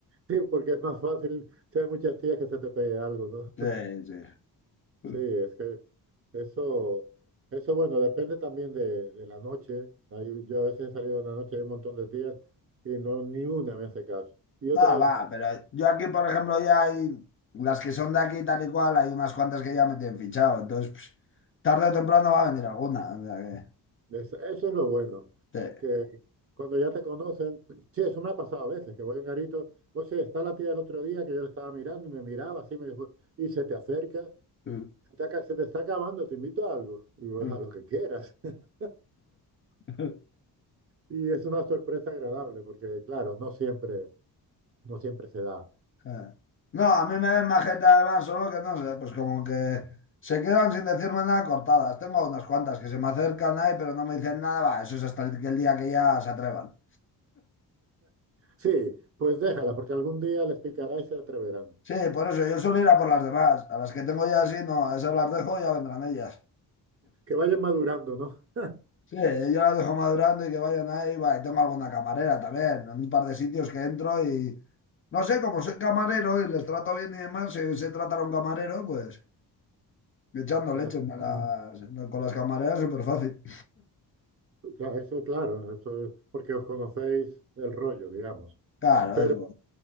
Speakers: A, on the right; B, on the left.
A: sí, porque es más fácil si hay muchas tías que se te pegue algo,
B: Sí,
A: ¿no?
B: sí.
A: Sí, es que eso, eso bueno, depende también de, de la noche. Ahí yo a veces he salido en la noche hay un montón de días y no ni una me hace caso. Y otras,
B: Ah, va, pero yo aquí, por ejemplo, ya hay las que son de aquí tal y cual, hay unas cuantas que ya me tienen fichado, entonces pues, tarde o temprano va a venir alguna. o sea
A: es- eso es lo bueno,
B: que, sí.
A: que cuando ya te conocen, <clears throat> sí, eso me ha pasado a veces, que voy a un garito, o sea, está la tía del otro día que yo le estaba mirando y me miraba así, me dijo, y se te acerca,
B: <laughs> Mm,
A: "Está ca- se te está acabando, te invito a algo, y yo,
B: mm, mm.
A: a lo que quieras. <laughs>
B: <laughs>
A: Y es una sorpresa agradable, porque claro, no siempre, no siempre se da.
B: Eh. No, a mí me ven majeta además, solo que no sé, pues como que se quedan sin decirme nada cortadas. Tengo unas cuantas que se me acercan ahí, pero no me dicen nada, va, eso es hasta el, que el día que ya se atrevan.
A: Sí, pues déjala, porque algún día les picará y se atreverán.
B: Sí, por eso yo suelo ir a por las demás, a las que tengo ya así, no, a esas las dejo, ya vendrán ellas.
A: Que vayan madurando, ¿no?
B: Sí, yo las dejo madurando y que vayan ahí. Va, y tengo alguna camarera también, en un par de sitios que entro y no sé, como soy camarero y les trato bien y demás, si sé tratar a un camarero, pues echando leche
A: Ya,
B: me las-
A: <clears throat>
B: con las camareras súper fácil.
A: ya, Eso, claro, eso es porque os conocéis el rollo, digamos.
B: Claro,
A: Pero,
B: eso.